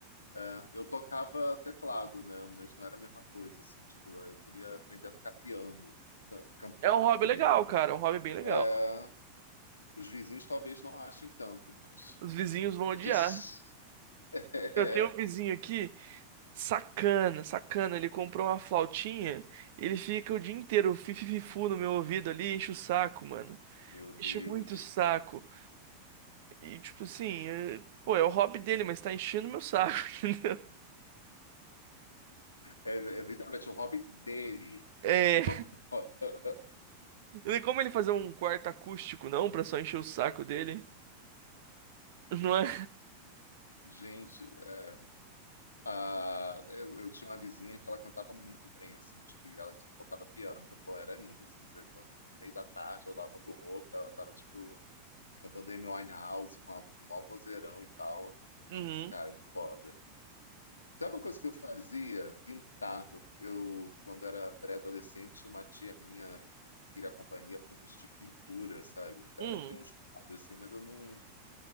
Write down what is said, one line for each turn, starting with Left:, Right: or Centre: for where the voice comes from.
Left: é, eu tocava teclado, né? Mas não era a mesma coisa, assim. Tipo, eu queria aprender a tocar piano, ca- cantar
Right: é um hobby
Left: também.
Right: legal, cara. É um hobby bem legal.
Left: É. Os vizinhos talvez não achem tanto, mas.
Right: Os vizinhos vão
Left: <laughs>
Right: odiar.
Left: É,
Right: Eu tenho um vizinho aqui, sacana, sacana. Ele comprou uma flautinha, ele fica o dia inteiro fifififu no meu ouvido ali, enche o saco, mano.
Left: meu Deus.
Right: Enche muito o saco. E, tipo assim, é- pô, é o hobby dele, mas tá enchendo meu saco, <laughs> entendeu?
Left: É, é literalmente o hobby dele.
Right: É.
Left: <laughs>
Right: E como ele fazer um quarto acústico, não? Pra só encher o saco dele? <laughs> Não é?
Left: Gente, é, a- eu, eu tinha uma vizinha que ela cantava muito bem, assim, tipo, e ela tocava piano, pô, era linda, assim, você- no meio da tarde, eu lavando roupa, ela tava, tipo, cantando Amy Winehouse com a, um maior vozeirão e tal,
Right: Uhum,
Left: esse cara, é muito foda. Sabe uma coisa que eu fazia? Pintar. Eu, eu, quando era pré-adolescente, uma tia minha queria companhia para um curso de pintura, sabe? Até
Right: uhum.
Left: hoje eu tenho uns quadros, assim, mas eu não,